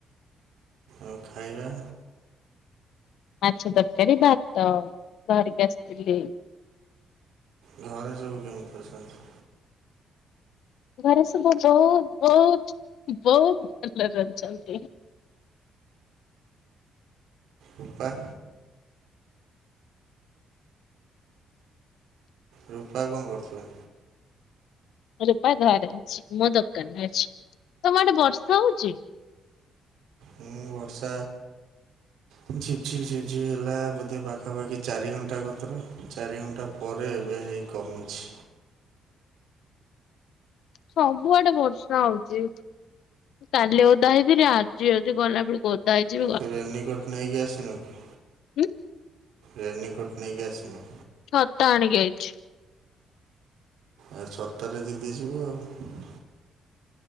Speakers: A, on the right; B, on the left.
A: ଆଉ ଖାଇବା?
B: ମାଛ ତରକାରୀ ଭାତ ଧରିକି ଆସିଥିଲି।
A: ଘରେ ସବୁ କେମିତି ଅଛନ୍ତି?
B: ଘରେ ସୁ ବୋହୁତ ବୋହୁତ ବୋହୁତ ଭଲରେ ଅଛନ୍ତି।
A: ରପା ରୂପା କଣ କରୁଥିଲା?
B: ରୂପା ଘରେ ଅଛି ମୁଁ ଦୋକାନରେ ଅଛି ତମରେ ବର୍ଷା ହୋଉଚି?
A: ମୁଁ ବର୍ଷା ଝିପ ଝିପ୍ ଝିପ ଝି ହେଲା ବୋଧେ ପାଖାପାଖି ଚାରି ଘଣ୍ଟା କତର ଚାରି ଘଣ୍ଟା। ପରେ ଏବେ ହେଇ କମିଚି
B: ସବୁଆଡେ ବର୍ଷା ହୋଉଚି କାଲି ଉଉଦା ହେଇଥିଲି ଆଜି ଯଦି ଗଲା ବଳ ଓଦା ହେଇଛି
A: ତୁ ରେନିକୋଟ ନେଇକି ଆସିନୁ କି,
B: ହୁଁ
A: ରେନିକୋଟ ନେଇକି ଆସିନୁ?
B: ଛତା ଆଣିକି ଆଇଛି।
A: ଆ ଛତାରେ ତିନ୍ତି ଯିବୁ ଆଉ।